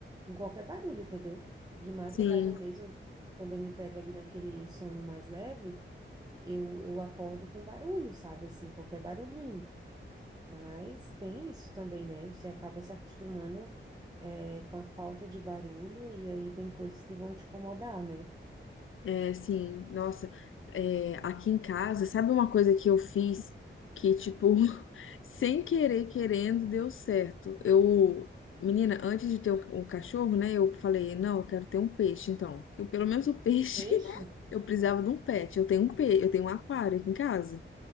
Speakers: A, on the right; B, on the left.
A: com qualquer barulho, entendeu? De madrugada
B: sim.
A: mesmo, quando eu me pego ali naquele sono mais leve, eu, eu acordo com barulho, sabe? Assim, qualquer barulhinho. Mas tem isso também, né? Você acaba se acostumando, é, com a falta de barulho e aí tem coisas que vão te incomodar, né?
B: É, sim, nossa, é, aqui em casa, sabe uma coisa que eu fiz que, tipo, <laughs> sem querer, querendo, deu certo? Eu, menina, antes de ter um, um cachorro, né, eu falei, não, eu quero ter um peixe, então. Eu, pelo menos o peixe,
A: Peixe?
B: <laughs> eu precisava de um pet. Eu tenho um pe, eu tenho um aquário aqui em casa.